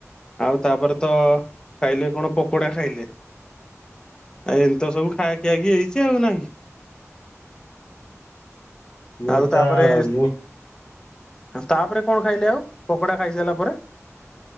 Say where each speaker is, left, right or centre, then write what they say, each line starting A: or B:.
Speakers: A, on the left; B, on the left.
A: ଆଉ ତାପରେ ତ ଖାଇଲେ କଣ ପକୋଡ଼ା ଖାଇଲେ। ଆ ଏମିତ ସବୁ ଖା ଖିଆ କି ହେଇଛି ଆଉ ନା କି।
B: ମୋର
A: ଆଉ
B: ତା
A: ତାପରେ
B: ମୁଁ।
A: ତାପରେ କଣ ଖାଇଲେ ଆଉ ପକୋଡ଼ା ଖାଇ ସାରିଲା ପରେ?